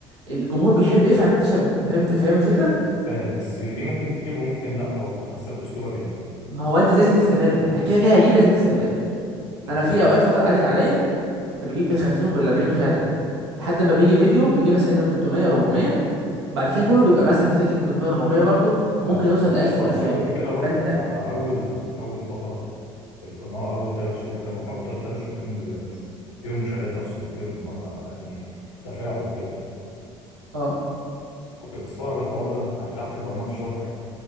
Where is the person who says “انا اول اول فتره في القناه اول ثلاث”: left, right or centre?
Left